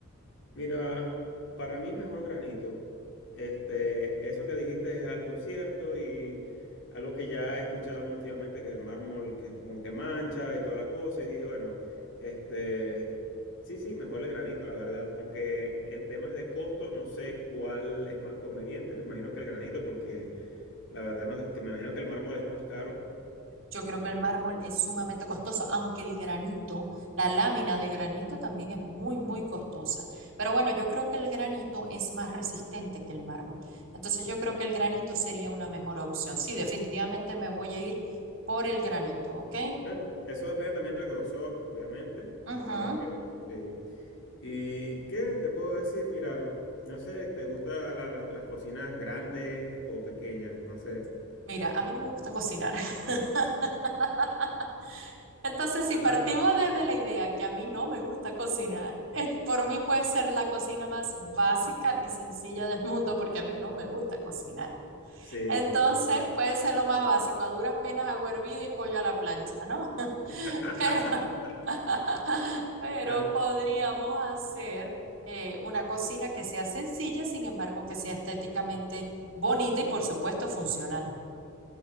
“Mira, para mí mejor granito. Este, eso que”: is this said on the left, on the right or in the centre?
Left